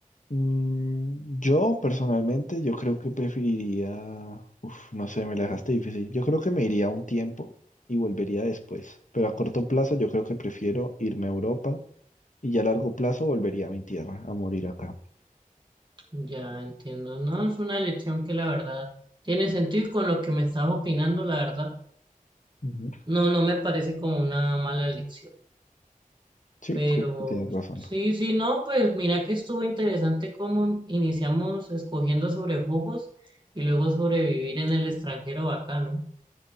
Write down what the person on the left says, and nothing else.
Mm, yo, personalmente, yo creo que preferiría, uf, no sé, me la dejaste difícil. Yo creo que me iría un tiempo y volvería después, pero a corto plazo yo creo que prefiero irme a Europa y ya a largo plazo volvería a mi tierra, a morir acá.
Ujú.
Sí,
creo que tienes razón.